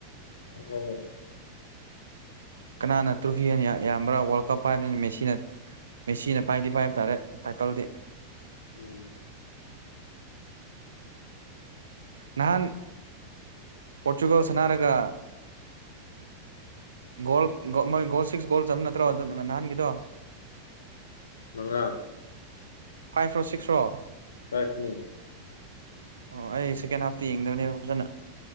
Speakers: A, on the left; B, on the right.
A: ꯑꯩꯈꯪꯉꯤ
B: ꯀꯅꯥꯅ ꯇ꯭ꯔꯣꯐꯤ ꯑꯅꯤ ꯌꯥ ꯌꯥꯝꯕ꯭ꯔꯥ ꯋꯥꯔꯜ ꯀꯞ ꯄꯥꯏꯕꯅꯤꯅ ꯃꯦꯁꯤꯅ ꯃꯦꯁꯤꯅ ꯄꯥꯏꯗꯤ ꯄꯥꯏꯕ ꯇꯥꯔꯦ ꯇꯥꯏꯇꯜꯗꯤ
A: ꯎꯝ
B: ꯅꯍꯥꯟ ꯄꯣꯔꯆꯨꯒꯜ ꯁꯅꯥꯔꯒ ꯒꯣꯜ ꯃꯣꯏ ꯒꯣꯜ ꯁꯤꯛꯁ ꯒꯣꯜ ꯆꯟꯕ ꯅꯠꯇ꯭ꯔꯣ ꯅꯍꯥꯟꯒꯤꯗꯣ
A: ꯃꯉꯥ
B: ꯐꯥꯏꯐꯔꯣ ꯁꯤꯛꯁꯔꯣ
A: ꯐꯥꯏꯐꯅꯤ
B: ꯑꯣ ꯑꯩ ꯁꯦꯀꯦꯟ ꯍꯥꯐꯇꯤ ꯌꯦꯡꯗꯕꯅꯦꯕ ꯐꯖꯅ